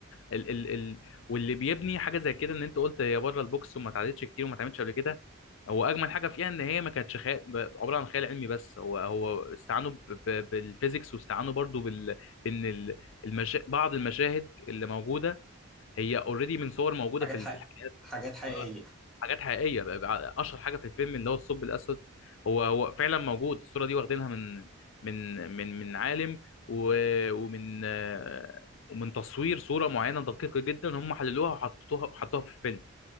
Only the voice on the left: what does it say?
ال ال ال واللي بيبني حاجه زي كده ان انت قلت هي بره البوكس وما اتعدتش كتير وما اتعملش قبل كده هو اجمل حاجه فيها ان هي ما كانتش خيال عباره عن خيال علمي بس هو هو استعانوا ب- ب- بالفيزيكس واستعانوا برضو بال بان ال- المشا... بعض المشاهد اللي موجوده هي اوريدي من صور موجوده
في
ال- في الحقيقه
آه، حاجات حقيقيه بقى بقى اشهر حاجه في الفيلم اللي هو الثقب الاسود هو هو فعلا موجود الصوره دي واخدينها من من من من عالم و- ومن آه، ومن تصوير صوره معينه دقيقه جدا هم حللوها وحطوها وحطوها في الفيلم